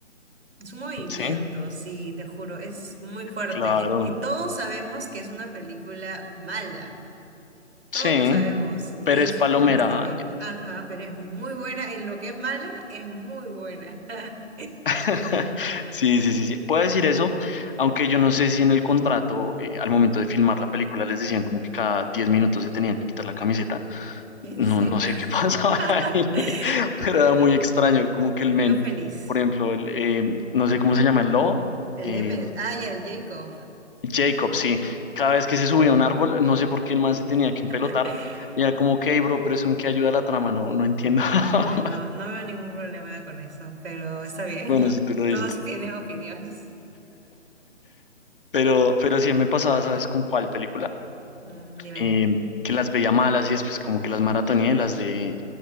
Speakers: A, on the right (about 60°); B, on the left (about 45°).
A: es un movimiento,
B: sí,
A: sí, te juro, es muy fuerte.
B: claro.
A: Y, y todos sabemos que es una película mala.
B: Sí,
A: Todos lo sabemos, y
B: pero es
A: es
B: palomera.
A: libros también. Ajá, pero es muy buena. En lo que es mala, es muy buena. <laughs>
B: <laughs> Sí, sí, sí, sí. Puedo decir eso, aunque yo no sé si en el contrato, eh, al momento de filmar la película, les decían como que cada 10 minutos se tenían que quitar la camiseta.
A: ¿En
B: No,
A: serio?
B: no sé qué <laughs> pasaba
A: <laughs>
B: ahí,
A: Bueno,
B: pero era muy extraño, como que
A: yo
B: el men,
A: feliz.
B: por ejemplo, el, eh, no sé cómo se llama el lobo,
A: El
B: eh,
A: Emmet, ah, y el Jacob.
B: Jacob, sí. Cada vez que se subía a un árbol, no sé por qué el man se tenía que
A: <laughs>
B: empelotar. Y era como, ok, bro, pero es un que ayuda a la trama, no, no entiendo. <laughs>
A: Bueno, no veo ningún problema con eso, pero está bien.
B: Bueno, si
A: <laughs>
B: tú lo dices.
A: Todos tienen opiniones.
B: Pero, pero sí me pasaba, ¿sabes con cuál película?
A: Mm, dime.
B: eh, que las veía malas y después como que las maratoneé, las de